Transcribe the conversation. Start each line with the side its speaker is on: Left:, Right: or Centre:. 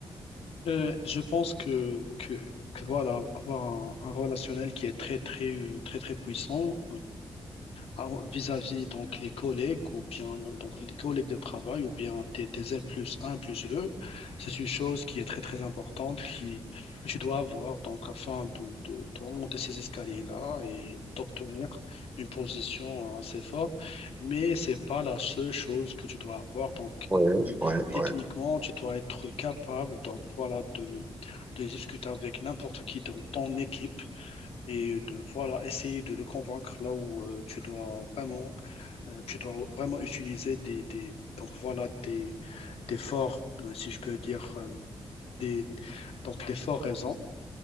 Left: Euh, je pense que, que, que voilà, avoir un, un relationnel qui est très très euh, très très puissant, Alors, vis-à-vis donc les collègues ou bien donc les collègues de travail ou bien tes, tes N plus un plus deux c'est une chose qui est très très importante qui, que tu dois avoir donc afin de, de, de remonter ces escaliers-là et d'obtenir une position assez forte. Mais c'est pas la seule chose que tu dois avoir. Donc
Right: Ouais, ouais,
Left: techniquement,
Right: ouais.
Left: tu dois être capable donc voilà de, de discuter avec n'importe qui dans ton équipe et de voilà essayer de le convaincre là où euh, tu dois vraiment euh, tu dois vraiment utiliser des, des donc voilà des, des forts, euh, si je peux dire, euh, des, donc des forts raisons.